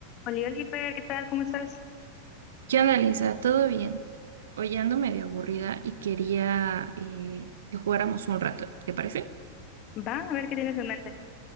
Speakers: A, on the left (about 35°); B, on the right (about 60°).
A: Oli, Oliver, ¿qué tal? ¿Cómo estás?
B: ¿Qué onda, Lisa? ¿Todo bien? Hoy ando medio aburrida y quería eh, que jugáramos un rato, ¿te parece?
A: Va, a ver qué tienes en mente.